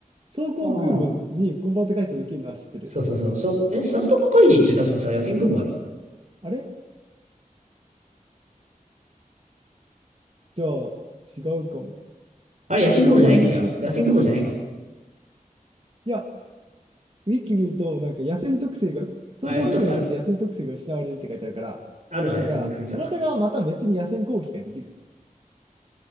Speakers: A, on the right; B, on the right.
A: 装甲空母にコンバート改装できるのは知ってる。
B: ああ。そうそうそう。そう、え、サラトカ会にって確かさ、野戦空母あるよ。
A: あれじゃあ、違うかも。
B: あれ、野戦空母じゃないっけ野戦空母じゃないかも。
A: 偽りの記憶いついや、ウィキ見ると、なんか野戦特性が、装甲空母になると野戦特性が失われるって書いてあるから、
B: あ、野戦特性ある。あるわ、
A: だから、
B: 野戦特性じゃあ。
A: サラトガはまた別に野戦攻撃ができる。